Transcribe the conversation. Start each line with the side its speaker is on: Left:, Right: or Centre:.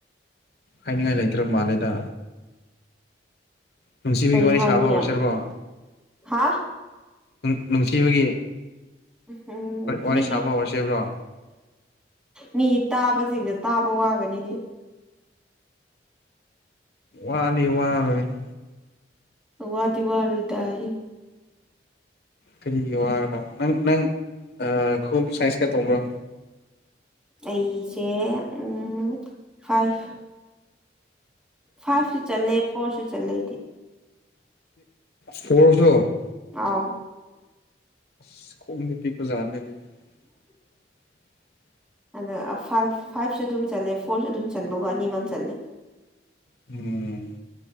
Left: ꯍꯥꯏꯅꯤꯡꯉꯥꯏ ꯂꯩꯇ꯭ꯔꯕ ꯃꯥꯜꯂꯦꯗ ꯅꯨꯡꯁꯤꯕꯤꯒꯤ
Centre: ꯀꯔꯤ
Left: ꯋꯥꯔꯤ
Centre: ꯍꯥꯏꯅꯤꯡꯉꯦ
Left: ꯁꯥꯕ ꯍꯧꯔꯁꯤꯕꯔꯣ
Centre: ꯍꯥ
Left: ꯎꯝ ꯅꯨꯡꯁꯤꯕꯒꯤ
Centre: ꯎꯝ
Left: ꯋꯥꯔꯤ
Centre: ꯃꯤꯒꯤ
Left: ꯁꯥꯕ ꯍꯧꯔꯁꯦꯕ꯭ꯔꯣ
Centre: ꯃꯤꯒꯤ ꯇꯥꯕꯁꯤꯡꯁꯦ ꯇꯥꯕ ꯋꯥꯒꯅꯤꯅꯦ
Left: ꯋꯥꯗꯤ ꯋꯥꯔꯣꯏꯗ
Centre: ꯋꯥꯗꯤ ꯋꯥꯔꯣꯏꯗꯌꯦ
Left: ꯀꯔꯤꯒꯤ ꯋꯥꯔꯕꯥ ꯅꯪ ꯅꯪ ꯈꯨꯡꯉꯨꯞ ꯁꯥꯏꯁ ꯀꯌꯥ ꯇꯣꯡꯕ꯭ꯔꯣ
Centre: ꯑꯩꯁꯦ ꯎꯝ ꯐꯥꯏꯚ ꯐꯥꯏꯚꯁꯨ ꯆꯜꯂꯦ ꯐꯣꯔꯁꯨ ꯆꯜꯂꯦꯑꯩꯗꯤ
Left: ꯐꯣꯔꯁꯨ <unintelligible>
Centre: ꯑꯥꯎ
Left: ꯑꯁ ꯈꯣꯡꯗꯤ ꯄꯤꯛꯄꯖꯥꯠꯅꯤꯅꯦ <inaudible>
Centre: ꯑꯗ ꯐꯥꯏꯚ ꯐꯥꯏꯚꯁꯨ ꯑꯗꯨꯝ ꯆꯜꯂꯦ ꯐꯣꯔꯁꯨ ꯑꯗꯨꯝ ꯆꯟꯕꯒꯣ ꯑꯅꯤꯃꯛ ꯆꯜꯂꯦ
Left: ꯎꯝ